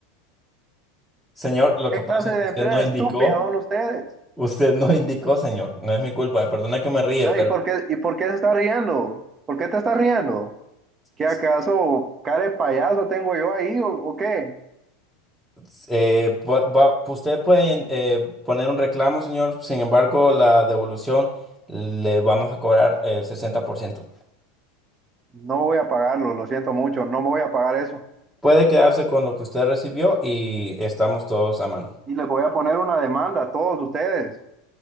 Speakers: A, in the centre; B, on the right (about 25°).
A: Señor, lo
B: ¿Qué
A: que pasa
B: clase
A: es
B: de
A: que usted
B: empresa
A: no indicó,
B: estúpida son ustedes?
A: usted no indicó, señor, no es mi culpa, perdona que me ríe,
B: Ah,
A: pero
B: ¿Y por qué, y por qué se está riendo? ¿Por qué te está riendo? ¿Qué
A: s-
B: acaso cara de payaso tengo yo ahí o, o qué?
A: s- eh, pu- va- usted puede eh, poner un reclamo, señor, sin embargo, la devolución le vamos a cobrar el 60%.
B: No voy a pagarlo, lo siento mucho, no me voy a pagar eso.
A: Puede quedarse con lo que usted recibió y estamos todos a mano.
B: Y les voy a poner una demanda a todos ustedes.